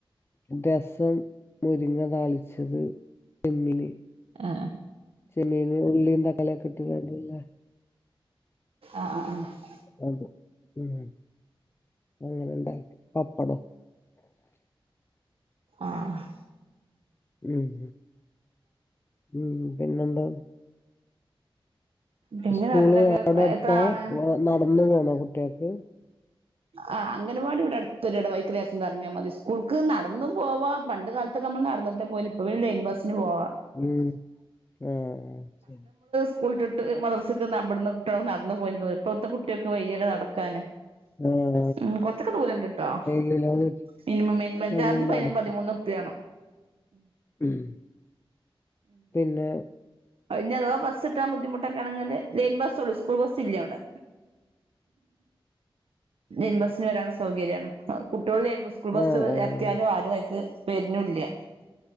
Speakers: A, on the left; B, on the right.
A: രസം മുരിങ്ങ താൾച്ചത് ചെമ്മീന്
B: ആഹ്
A: ചെമ്മീന് ഉള്ളീം തക്കാളി ഒക്കെ ഇട്ട്കാണ്ട്ള്ള
B: അഹ് അഹ് ആഹ്
A: അത് ഉം. അങ്ങനെണ്ടാക്കി പപ്പടോം.
B: ആഹ്
A: ഉം. ഉം പിന്നെന്താ?
B: പിന്നെ
A: സ്കൂള്
B: വേറെന്തൊക്കെ
A: അവിടെടുത്താ?
B: എത്ര ആളാണ്
A: നടന്ന് പോണോ കുട്ടിയാൾക്ക്?
B: ആഹ്. അംഗൻവാടി ഇവിടെ അടുത്തൊരു ഇടവഴി. ലേസംന്നറങ്ങിയാ മതി. സ്കൂൾക്ക് നടന്നും പോവാം, പണ്ട് കാലത്തൊക്കെ നമ്മള് നടന്നിട്ട പോയിന്, ഇപ്പോ ലൈൻ ബസിന് പോവ.
A: ഉം. ഏഹ് ശരി.
B: സ്കൂള്ട്ട്ട്ട് മദർസക്ക് ബടന്ന് കുട്ടികൾ നടന്നു പോയിനി ദൂരം, ഇപ്പഴത്തെ കുട്ടിയാക്ക് വയ്യല്ലോ നടക്കാന്.
A: ഉം.
B: ഉം. കൊറച്ചൊക്കെ ദൂരംണ്ട്ട്ടോ.
A: കിലോമീറ്റർ
B: മിനിമം മിനിമം
A: നമ്മൾ
B: ചാർജ് പ
A: നടക്കും
B: പതിമൂന്ന് ഉറുപ്യാണം.
A: ഉം. പിന്നെ.
B: അത്ഞ്ഞഥവാ ബസ്സ്ട്ടാൻ ബുദ്ധിമുട്ടൊക്കേണെങ്കിൽ ലൈൻ ബസ്സൊള്ളൂ, സ്കൂൾ ബസ്. ച്ചില്ലവടെ. ലൈൻ ബസ്സിന് വരാള്ള സൗകര്യാണ്. കുട്ടികള് ലൈൻ, സ്കൂൾ ബസ്
A: ആഹ് ആഹ്
B: എറക്ക്യാലും ആരും അയിക്ക്. വരുന്നുല്ല.